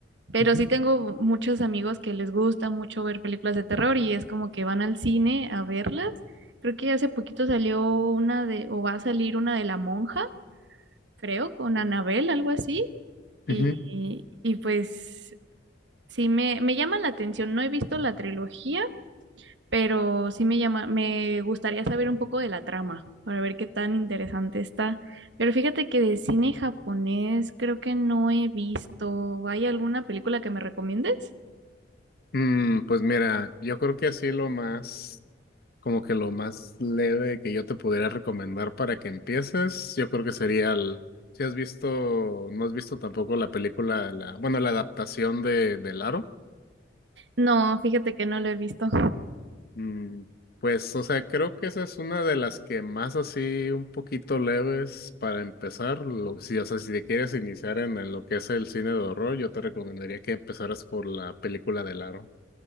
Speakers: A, on the right (about 70°); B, on the left (about 55°).
A: pero
B: Ujú.
A: sí tengo muchos amigos que les gusta mucho ver películas de terror y es como que van al cine a verlas. Creo que hace poquito salió una de, o va a salir una de La Monja, creo, con Anabel, algo así. Y,
B: Ujú.
A: y pues Sí, me, me llama la atención. No he visto la trilogía, pero sí me llama, me gustaría saber un poco de la trama para ver qué tan interesante está. Pero fíjate que de cine japonés creo que no he visto. ¿Hay alguna película que me recomiendes?
B: Mm, pues mira, yo creo que así lo más Como que lo más leve que yo te pudiera recomendar para que empieces, yo creo que sería el, si has visto, no has visto tampoco la película, la, bueno, la adaptación de, de Laro,
A: No, fíjate que no lo he visto.
B: mm, pues, o sea, creo que esa es una de las que más así un poquito leves para empezar, lo, si, o sea, si te quieres iniciar en, en lo que es el cine de horror, yo te recomendaría que empezaras por la película de Laro.